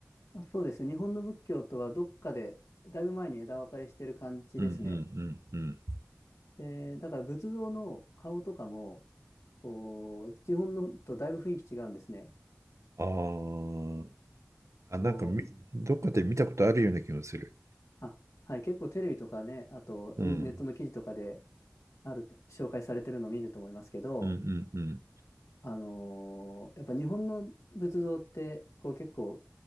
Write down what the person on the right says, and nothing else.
うんうん
うん。ああ、あ、なんかみ、
どっかで見たことあるような気もする。
うん。
うんうんうん。